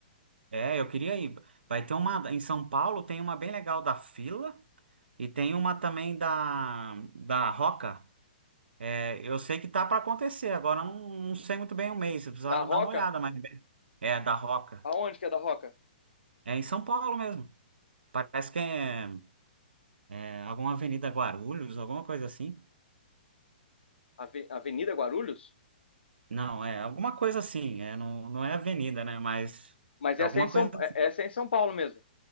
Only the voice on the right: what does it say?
é, eu queria ir. Vai ter uma, em São Paulo tem uma bem legal da Fila. E tem uma também da, da Roca. É, eu sei que tá para acontecer, agora eu não, não sei muito bem o mês, eu precisava
dar uma olhada, mas é da Roca.
É em São Paulo mesmo. Parece que é, é alguma Avenida Guarulhos, alguma coisa assim.
Não, é alguma coisa assim. É, não, não é avenida, né? Mas
é
alguma
coisa assim.